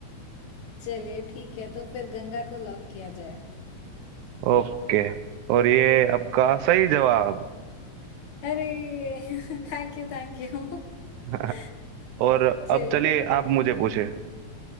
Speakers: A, on the left; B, on the right.
A: <laughs> चलिए ठीक है तो फिर गंगा को लॉक किया जाए
B: ओके और ये आपका सही जवाब
A: अरे <laughs> Thank you thank you
B: <laughs>
A: <laughs>
B: और अब
A: चलिए
B: चलिए आप मुझे पूछे